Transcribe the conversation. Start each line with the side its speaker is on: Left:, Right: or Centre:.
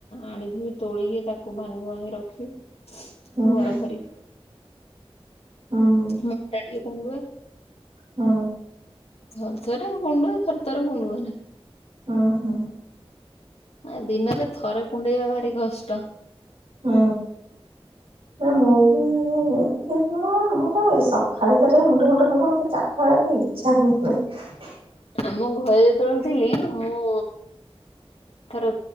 Left: ଆଣିଥିବି ତୋଳିକି ତାକୁ ଭାଙ୍ଗି ଭୁଙ୍ଗାକି ରଖିବି।
Right: ହୁଁ
Left: ଘର ଖରି
Right: ହଁ।
Left: ମୋ ଟିକେ ଗୁଣ୍ଡୁଏ।
Right: ହଁ।
Left: ଥରଥରେ କୁଣ୍ଡୁଏ ଥରଥରେ କୁଣ୍ଡୁଏ ନା।
Right: ହଁ ହଁ।
Left: ନା ଦିନରେ ଥରେ କୁଣ୍ଡେଇବା ଭାରି କଷ୍ଟ।
Right: ହଁ। ନା ମୁଁ ବି ମୋରେ ଏଇ ସକାଳେ ଥରେ ମୁଣ୍ଡ ମୁଣ୍ଡ ଖୁଣ୍ଡ ମୋତେ ଚା ସକାଳେ କାଇଁ ଇଚ୍ଛା ହୁଏ ନାହିଁ।
Left: ଆମ ଘରେ ଯେତେ ବେଳେ ଥିଲି ମୁଁ ଦିଥର